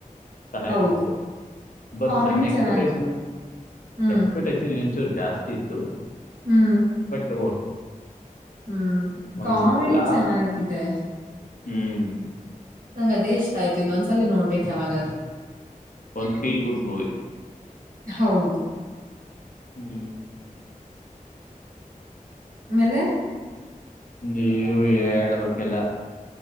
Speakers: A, on the left (about 70°); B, on the right (about 75°).
A: ಚೆನ್ನಾಯ್ತು
B: ಹೌದು
A: ಮೂರು ಬಟ್
B: ಕಾಮಿಡಿ
A: ನನ್ನ ಎಕ್ಸ್ಪೆಕ್ಟೇಷನ್
B: ಚೆನ್ನಾಗಿ ಹ್ಮ್
A: ಎಕ್ಸ್ಪೆಕ್ಟಷನ್ ಇಚೂ ಜಾಸ್ತಿ ಇತ್ತು
B: ಹ್ಮ್
A: ಬಟ್
B: ಹ್ಮ್
A: ಒಂದು
B: ಕಾಮಿಡಿ
A: ಲಾ
B: ಚೆನ್ನಾಗಿದೆ.
A: ಹ್ಮ್.
B: ನಂಗ್ ಅದೇ ಇಷ್ಟ ಆಯ್ತು ಇನ್ನೊಂದ್ಸಲ ನೋಡ್ಬೇಕೇಕ್ ಯಾವಾಗಾದರು.
A: One feel good movie.
B: ಹೌದು.
A: ಹ್ಮ.
B: ಆ ಮೇಲೆ.
A: ನೀವು ಹೇಳ್ಬೇಕೆಲ್ಲ.